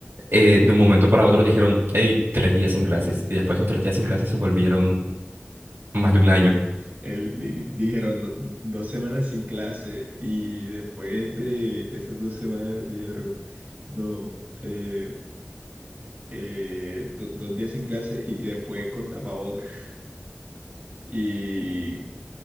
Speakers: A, on the right; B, on the right.
A: eh, de un momento para otro dijeron, hey, tres días sin clases, y después esos tres días sin clases se volvieron más de un año.
B: el- di- dijeron do- dos semanas sin clase y después de esas dos semanas dijeron, no, eh, eh, do- dos días sin clase y, y después con tapabocas. Y